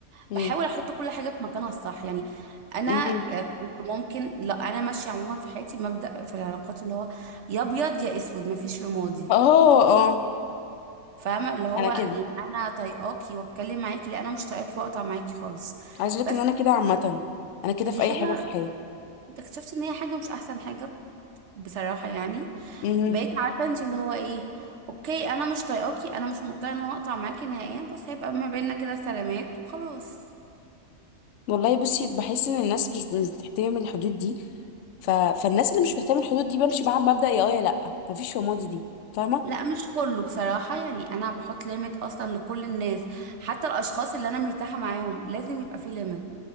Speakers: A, on the left; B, on the right.
A: امم
B: بحاول احط كل حاجه في مكانها الصح يعني انا
A: امم
B: كنت ممكن لا انا ماشيه عموما في حياتي مبدأ في العلاقات اللي هو يا ابيض يا اسود مفيش رمادي
A: اه اه
B: فاهمه اللي هو
A: انا كده
B: لا انا طايقاكي واتكلم معاكي لا انا مش طايقاكي واقطع معاكي خالص
A: عايز اقول لك
B: بس
A: ان انا كده عامه انا كده
B: دي
A: في
B: حاجه
A: اي حاجه في الحياه
B: اكتشفت ان هي حاجه مش احسن حاجه بصراحه يعني
A: امم
B: بقيت عارفه انت اللي هو ايه اوكي انا مش طايقاكي انا مش مضطره ان انا اقطع معاكي نهائيا بس هيبقى ما بيننا كده سلامات وخلاص
A: والله بصي بحس ان الناس مش مش بتحترم الحدود دي ف... فالناس اللي مش بتحترم الحدود دي بمشي معاها بمبدأ يا اه يا لا مفيش فماضي دي فاهمه
B: لا مش كله بصراحة يعني أنا بحط ليميت أصلا لكل الناس حتى الأشخاص اللي أنا مرتاحة معاهم لازم يبقى في ليميت